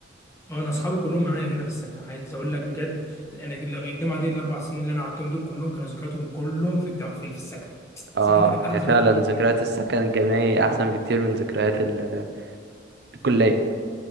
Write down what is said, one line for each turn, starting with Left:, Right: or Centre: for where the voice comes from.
Left: اه انا اصحابي كلهم معايا هنا في السكن عايز اقول لك بجد انا لو- الجامعه دي الاربع سنين اللي انا قعدتهم دول كلهم كانوا ذكرياتهم كلهم في الجامعه في السكن
Right: اه
Left: السكن ده كان احلى
Right: يا
Left: ذكريات
Right: فعلا
Left: في حياتي
Right: ذكريات السكن الجامعي احسن بكتير من ذكريات ال- الكلية